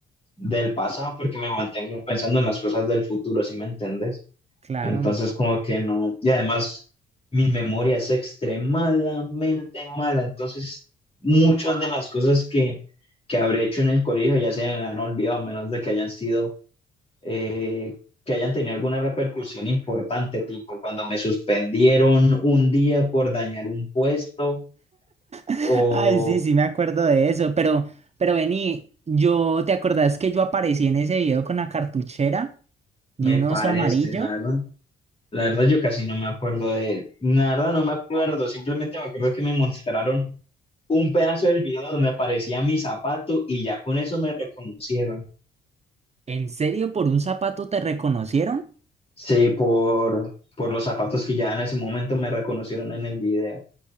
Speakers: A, on the left (about 30°); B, on the right (about 35°).
A: del pasado porque me mantengo pensando en las cosas del futuro, ¿sí me entiendes?
B: claro.
A: Entonces, como que no, y además mi memoria es extremadamente mala, entonces muchas de las cosas que, que habré hecho en el colegio ya se me han olvidado, a menos de que hayan sido, eh, que hayan tenido alguna repercusión importante, tipo cuando me suspendieron un día por dañar un puesto, o
B: <laughs> Ay, sí, sí me acuerdo de eso, pero, pero vení, yo, ¿te acordás que yo aparecí en ese video con la cartuchera y
A: me
B: un
A: parece,
B: oso amarillo?
A: la verdad. La verdad, yo casi no me acuerdo de, la verdad no me acuerdo, simplemente me acuerdo que me mostraron un pedazo del video donde aparecía mi zapato y ya con eso me reconocieron.
B: ¿En serio por un zapato te reconocieron?
A: Sí, por, por los zapatos que ya en ese momento me reconocieron en el video.